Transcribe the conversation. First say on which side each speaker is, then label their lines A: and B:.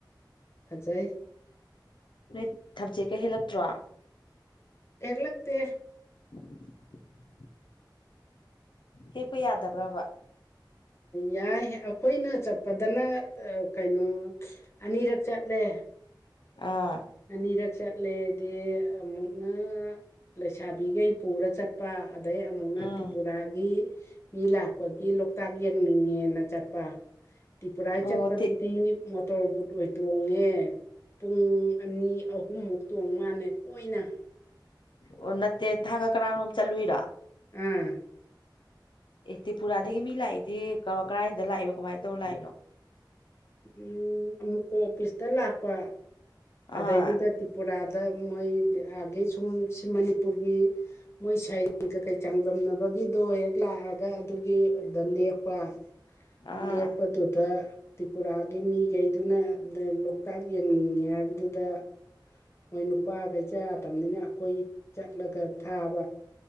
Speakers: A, on the left (about 35°); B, on the left (about 75°).
A: ꯐꯖꯩ꯫
B: ꯅꯣꯏ ꯊꯝꯆꯦꯠꯀ ꯍꯦꯜꯂꯛꯇ꯭ꯔꯣ?
A: ꯍꯒ ꯂꯛꯇꯇ
B: <inaudible> ꯍꯦꯛꯄ ꯌꯥꯗꯕ꯭ꯔꯕ
A: ꯌꯥꯏ ꯑꯩꯈꯣꯏꯅ ꯆꯠꯄꯗꯅ ꯀꯩꯅꯣ ꯑꯅꯤꯔꯛ ꯆꯠꯂꯦ꯫
B: ꯑꯥ
A: ꯑꯅꯤꯔꯛ ꯆꯠꯂꯦꯗꯤ ꯑꯃꯨꯛꯅ ꯂꯩꯁꯥꯕꯤꯈꯩ ꯄꯨꯔ ꯆꯠꯄ ꯑꯗꯩ ꯑꯃꯨꯛꯅ
B: ꯎꯝ
A: ꯇ꯭ꯔꯤꯄꯨꯔꯥꯒꯤ ꯃꯤ ꯂꯥꯛꯄꯒꯤ ꯂꯣꯛꯇꯥꯛ ꯌꯦꯡꯅꯤꯡꯉꯦꯅ ꯆꯠꯄ ꯇ꯭ꯔꯤꯄꯨꯔꯥ
B: ꯑꯣ
A: ꯆꯠꯄꯗꯨꯗꯤ
B: ꯇꯤ
A: ꯃꯣꯇꯣꯔ ꯕꯨꯠ ꯑꯣꯏ ꯇꯣꯡꯉꯦ ꯄꯨꯡ ꯑꯅꯤ ꯑꯍꯨꯝꯃꯨꯛ ꯇꯣꯡ ꯃꯥꯜꯂꯦ ꯀꯣꯏꯅ
B: ꯑꯣ ꯅꯠꯇꯦ ꯊꯥꯡꯒ ꯀꯔꯥꯔꯣꯝ ꯆꯠꯂꯨꯏꯔꯥ
A: ꯎꯝ
B: ꯑꯦ ꯇ꯭ꯔꯤꯄꯨꯔꯥꯗꯒꯤ ꯃꯤ ꯂꯥꯛꯏꯗꯤ ꯀꯗꯥꯥꯏꯗ ꯂꯥꯛꯏꯕꯣ ꯀꯃꯥꯏꯅ ꯇꯧꯔ ꯂꯥꯛꯏꯅꯣ
A: ꯎꯝ ꯑꯃꯨꯛꯀ ꯑꯣꯐꯤꯁꯇ ꯂꯥꯛꯄ ꯑꯗꯩꯗꯨꯗ
B: ꯑꯥ
A: ꯇ꯭ꯔꯤꯄꯨꯔꯥꯗ ꯃꯣꯏ ꯑꯒꯤ ꯁꯨꯝ ꯁꯤ ꯃꯅꯤꯄꯨꯔꯒꯤ ꯃꯣꯏ ꯁꯥꯏꯟ ꯀꯩꯀꯩ ꯆꯥꯡꯗꯝꯅꯕꯒꯤꯗꯣ ꯍꯦꯛ ꯂꯥꯛꯑꯒ ꯑꯗꯨꯒꯤꯗ ꯂꯦꯛꯄ
B: ꯑꯥ
A: ꯂꯦꯛꯄꯗꯨꯗ ꯇ꯭ꯔꯤꯄꯨꯔꯥꯒꯤ ꯃꯤꯈꯩꯗꯨꯅ ꯂꯣꯛꯇꯥꯛ ꯌꯦꯡꯅꯤꯡꯉꯦ ꯍꯥꯏꯕ ꯑꯗꯨꯗ ꯃꯣꯏ ꯅꯨꯄꯥ ꯀꯩꯆꯥ ꯇꯅꯤꯅ ꯑꯩꯈꯣꯏ ꯆꯠꯂꯒ ꯊꯥꯕ